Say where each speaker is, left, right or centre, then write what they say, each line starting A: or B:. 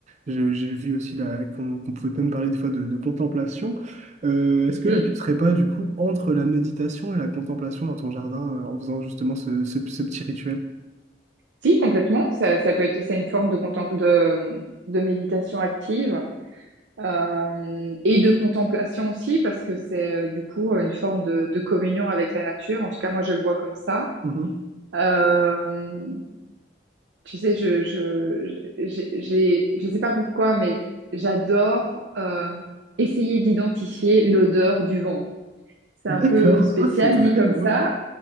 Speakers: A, on the right; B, on the right.
A: je- j'ai vu aussi là, qu'on qu'on pouvait même parler des fois de, de contemplation. Euh,
B: mhm.
A: est-ce que là, tu serais pas, du coup, entre la méditation et la contemplation dans ton jardin, euh, en faisant justement ce, ce- ce petit rituel?
B: Si, complètement. Ça, ça peut être, c'est une forme de, contem- de, de méditation active euh, et de contemplation aussi, parce que c'est euh, du coup une forme de, de communion avec la nature. En tout cas, moi, je le vois comme ça.
A: Mm-hmm.
B: Euh, tu sais, je, je, j'ai, j'ai- je sais pas pourquoi, mais j'adore euh, essayer d'identifier l'odeur du vent. C'est
A: D'accord.
B: un peu spécial
A: Ah, c'est très
B: dit comme
A: drôle.
B: ça,